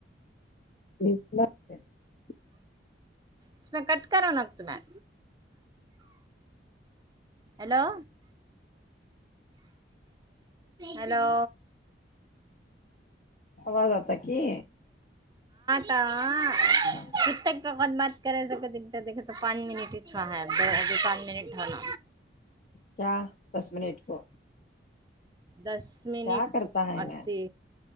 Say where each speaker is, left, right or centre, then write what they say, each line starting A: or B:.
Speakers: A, on the left; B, on the right.
A: ج <unintelligible>
B: اس میں کٹ کرا ن ت میں ہیلو ہلو
A: آواز آتا کی
B: داں
A: ہاں
B: ک تک کاق بات کرے سے دیک تو پانی میں ن چھو ہے دوجی پانچ منٹ ڈ
A: کیا دس منٹ کو
B: دس منٹ
A: کیا کرتا ہے
B: اسی
A: میں